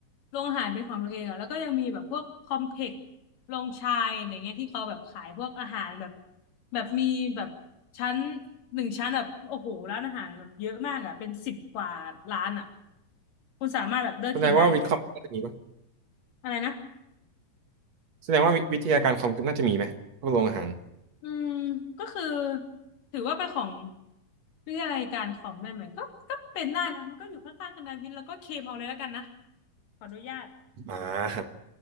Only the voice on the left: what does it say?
โรงอาหารเป็นของตัวเองอ่ะแล้วก็ยังมีแบบพวกคอมเพล็กซ์โรงชายอะไรเงี้ยที่เขาแบบขายพวกอาหารแบบแบบมีแบบชั้นหนึ่งชั้นแบบโอ้โหร้านอาหารแบบเยอะมากอ่ะเป็นสิบกว่าร้านอ่ะคุณสามารถแบบเลือกกินได้เลยอ่ะ
อะไรนะ
อืมก็คือถือว่าเป็นของวิทยาลัยการคอมได้ไหมก็ก็เป็นได้นะมันก็อยู่ข้างๆคณะวิทย์แล้วก็เคมเอาเลยแล้วกันนะขออนุญาต